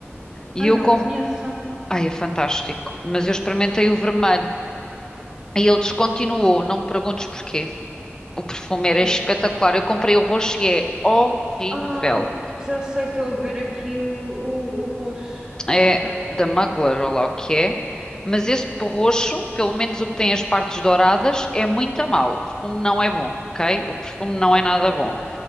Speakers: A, on the left (about 15°); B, on the right (about 15°).
A: e
B: Ai,
A: eu
B: não
A: comprei.
B: conheço.
A: Ai, é fantástico, mas eu experimentei o vermelho e ele descontinuou, não me perguntes porquê. O perfume era
B: É
A: espetacular, eu comprei o roxo e é horrível.
B: Ah, já sei, estou a ver aqui o, o, o roxo.
A: É
B: Ok,
A: da Mugler, ou lá o que é, mas esse roxo, pelo menos o que tem as partes douradas, é muito a mau. O perfume não é bom, ok? O perfume não
B: ok.
A: é nada bom.